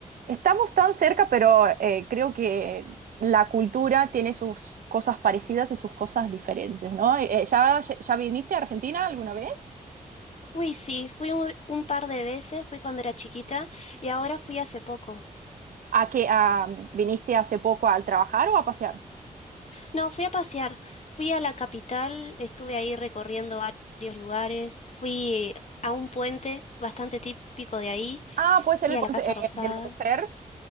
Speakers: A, on the right; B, on the left.
A: Estamos tan cerca, pero eh, creo que la cultura tiene sus cosas parecidas y sus cosas diferentes, ¿no? Eh, eh, ¿ya, ya viniste a Argentina alguna vez?
B: Uy, sí, fui un, un par de veces, fui cuando era chiquita y ahora fui hace poco.
A: ¿A qué a- viniste hace poco al trabajar o a pasear?
B: No, fui a pasear, fui a la capital, estuve ahí recorriendo varios lugares, fui a un puente bastante típico de ahí,
A: Ah, puede
B: fui
A: ser el
B: a
A: puente
B: la Casa
A: eh,
B: Rosada.
A: de la mujer.